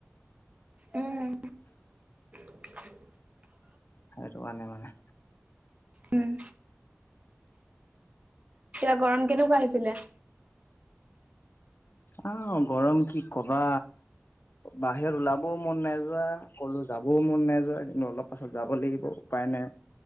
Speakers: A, on the right; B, on the left.
A: উম, <unintelligible>
B: সেইটো কাৰানে মানে
A: উম এতিয়া গৰম কেনেকুৱা আহিছিলে
B: আহ গৰম কি কবা বাহিৰত ওলাবও মন নাযায় কলো যাবও মন নেযায় কিন্তু অলপ পাছত যাব লাগিব উপায় নাই